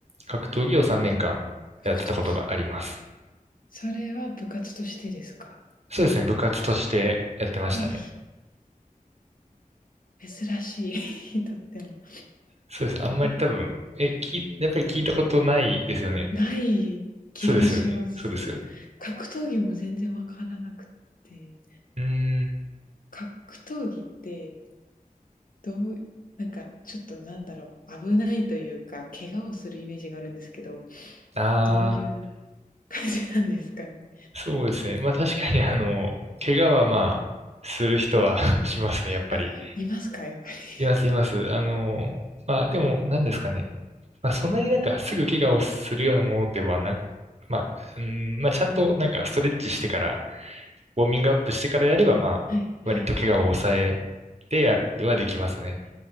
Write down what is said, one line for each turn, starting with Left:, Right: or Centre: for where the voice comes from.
Right: 格闘技を3年間やってたことがあります。
Left: 格闘技。それは部活としてですか？
Right: そうですね、部活としてやってましたね。
Left: えー珍しい、<laughs> とっても。
Right: そうです。あんまり多分、
Left: え、
Right: え、きやっぱり聞いたことないですよね。
Left: ない気がします。
Right: そうですよね。そうですよね。
Left: 格闘技も全然わからなくて。
Right: うーん、
Left: 格闘技ってどう、なんかちょっとなんだろう、危ないというか、怪我をするイメージがあるんですけど、
Right: ああ。
Left: どういう感じなんですかね？
Right: そうですね。まあ確かにあの、怪我はまあ、する人は <laughs> しますね、やっぱり。
Left: あ、いますか、やっぱり。
Right: います、います。あの、まあでも、何ですかね。まあそんなになんかすぐ怪我をするようなものではなく、まあ、うん、まあちゃんとなんかストレッチしてから、ウォーミングアップしてからやれば、まあ、
Left: はいはい。
Right: 割と怪我を抑えてや、はできますね。